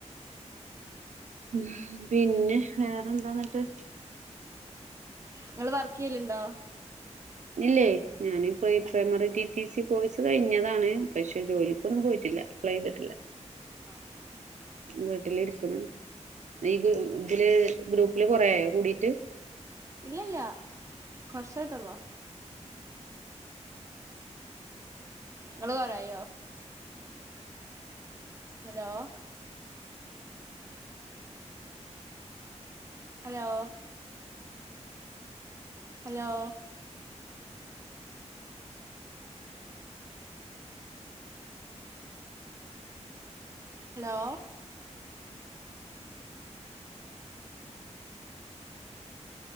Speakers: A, on the right (about 80°); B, on the right (about 25°).
A: മ് പിന്നെ വേറെന്താന്നിട്ട്?
B: ങ്ങള് വർക്കിയ്യല്ണ്ടോ?
A: ഇല്ലേ. ഞാനിപ്പം ഈ
B: ആഹ്
A: primary T. T. C course കഴിഞ്ഞതാണ്. പക്ഷെ ജോലിക്കൊന്നും പോയിട്ടില്ല. അപ്ലൈ യ്തിട്ടില്ല.
B: ആഹ് ആഹ് ആഹ്
A: വീട്ടില് ഇരിക്ക്ന്ന് ഈ ഗ്രൂ ത്‌ല് ഗ്രൂപ്പില് കൊറേയോ കൂടീട്ട്?
B: ഇല്ലല്ലാ വർഷായിട്ടോള്ളോ ങ്ങള് കൊറേ ആയ്യോ? Hello hello hello hello